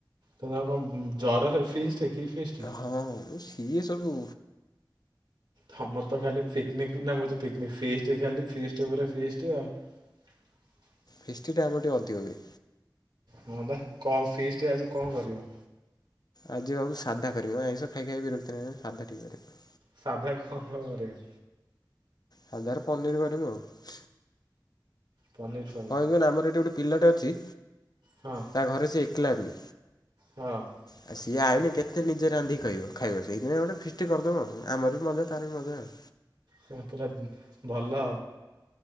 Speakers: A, on the right; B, on the left.
A: ତୁମେ କଣ ଉଁ ଜରରେ ଫିଷ୍ଟ କି ଫିଷ୍ଟ୍?
B: ହଁ ହଁ ସିଏ ସବୁ
A: ତମର ତ ଖାଲି ପିକନିକ୍ ନା ମୁଁ କହୁଚି ପିକନିକ୍ ଫିଷ୍ଟ ଖାଲି ଫିଷ୍ଟ ଉପରେ ଫିଷ୍ଟ ଆଉ। <inaudible>
B: ଫିଷ୍ଟଟା ଆମର ଟିକେ ଅଧିକ ହୁଏ।
A: ହଁ ବା କଣ ଫିଷ୍ଟ ଆଜି କଣ କରିବ?
B: ଆଜି ଭାବୁଚି ସାଧା କରିବୁ ଆଇଁଷ ଖାଇ ଖାଇ ବିରକ୍ତ ଲାଗିଲାଣି ସାଧା ଟିକେ କରିବୁ।
A: ସାଧା କଣ କଣ କରିବ?
B: ସାଧାରେ ପନିର କରିମୁ ଆଉ। କ'ଣ
A: ପନିର୍
B: କହିବିନା ଆମର ଏଠି ଗୋଟେ ପିଲାଟେ ଅଛି
A: ହଁ
B: ତା ଘରେ ସେ ଏକେଲା ରୁଏ।
A: ହଁ
B: ଆଉ ସିଏ ଆଇନେ କେତେ ନିଜେ ରାନ୍ଧି ଖାଇବ ଖାଇବ ସେଇଥିପାଇଁ ଆମେ ଗୋଟେ ଫିଷ୍ଟି କରଦମୁ ଆଉ ଆମର ବି ମଜା ତାର ବି ମଜା ଆଉ।
A: ସେ ପୁରା ଉଁ ଭଲ।